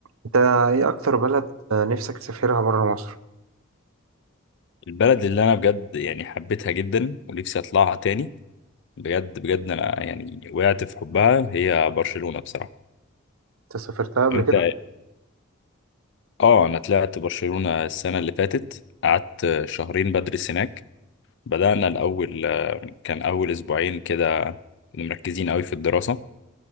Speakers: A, on the right; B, on the left.
A: انت ايه اكتر بلد آه، نفسك تسافرها بره مصر
B: البلد اللي انا بجد يعني حبيتها جدا ونفسي اطلعها تاني بجد بجد انا يعني وقعت في حبها هي برشلونة بصراحة
A: انت سافرتها قبل
B: انت
A: كده
B: اه انا طلعت برشلونة السنة اللي فاتت قعدت شهرين بدرس هناك بدأنا الاول كان اول اسبوعين كده كنا مركزين قوي في الدراسة